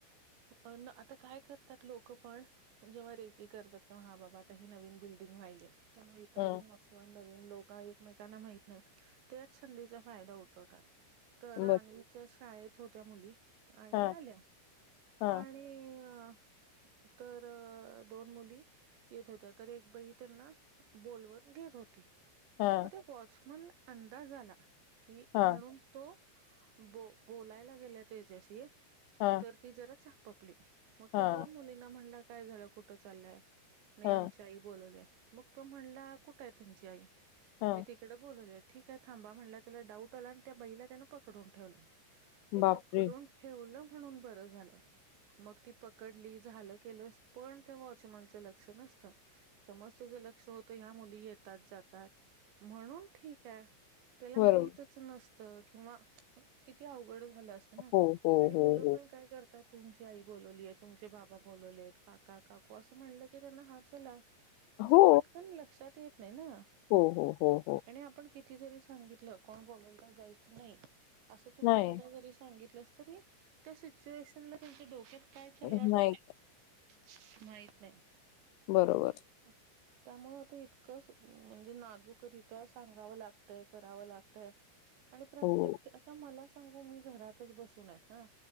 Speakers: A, on the right (about 65°); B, on the left (about 85°).
A: अन् आता काय करतात लोकं पण जेव्हा रेकी करतात तेव्हा हा बाबा आताही नवीन बिल्डिंग वाहिलीया त्यामुळे ऐका
B: हं.
A: अजून किवा नवीन लोका एकमेकांना माहित नाही त्याच संधीचा फायदा उठवतात. तर
B: बर
A: अनूच्या शाळेत होत्या मुली आणि
B: हां,
A: आल्या
B: हां,
A: आणि ते... तर दोन मुली येत होत्या तर एक बाई त्यांना बोलवण घेत होती
B: हां,
A: तते वॉचमनला अंदाज आला कि म्हणून
B: हां,
A: तो बो बोलायला गेला त्याच्याशी
B: हां,
A: तर ती जरा चापपली मग
B: हां,
A: त्या दोन मुलींना म्हणलं काय झालं कुठं चालल्या नाही
B: हां,
A: आमची आई बोलवल्या मग तो म्हणला कुठ आहे त्यांची आई
B: हां.
A: तर ते तिकडं बोलवलं ठीक आहे थांबा म्हणला त्याला डाऊट आला आणि त्या बाईला त्यानं पकडून ठेवलं. ते
B: बापरे!
A: पकडून ठेवलं म्हणून बर झालं मग ती पकडली झालं केलं पण त्या वॉचमॅनचं लक्ष नसतं समज त्याचं लक्ष होत ह्या मुली येतात जातात म्हणून ठीक आहे त्याला
B: बरोबर.
A: माहितच नसतं किंवा किती अवघड झालं असत चंना
B: हो, हो,
A: आणि मुलं
B: हो, हो.
A: पण काय करतात. तुमची आई बोलवलीय तुमचे बाबा बोलवले आहेत काका काकू असं म्हणलं की त्यांना हां चला जे
B: हो,
A: पटकन लक्षात येत नही ना?
B: हो हो हो हो
A: आणि आपण किती जरी सांगितलं कोण बोलंवल तर जायचं नाही? असं तू
B: नाही,
A: कितीदा जरी सांगितलंस तरी त्या सिच्युएशनला तुमच्या डोक्यात काय चाललं
B: नाही
A: असत माहित नाही
B: बरोबर
A: <inaudible> त्यामुळे आता इतकं म्हणजे नाजूकरीत्या सांगावं लागतय करावं लागतय. आणि प्रत्येक
B: हो,
A: आता मला सांगू मी घरातच बसून हे ना